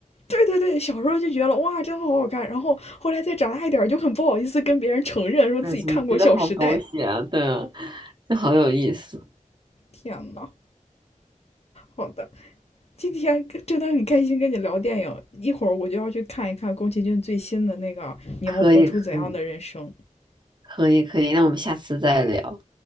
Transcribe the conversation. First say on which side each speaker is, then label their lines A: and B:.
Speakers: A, on the left; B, on the right.
A: 对对对，小时候就觉得哇，真好好看，然后后来再长大一点，就很不好意思跟别人承认说自己看过《小时代》。
B: 对，总觉得好狗血啊，对啊，这好有意思。
A: 天呐，好的，今天真的很开心跟你聊电影，一会儿我就要去看一看宫崎骏最新的那个《你要活出怎样的人生》。
B: 可以，可以，可以，可以。那我们下次再聊，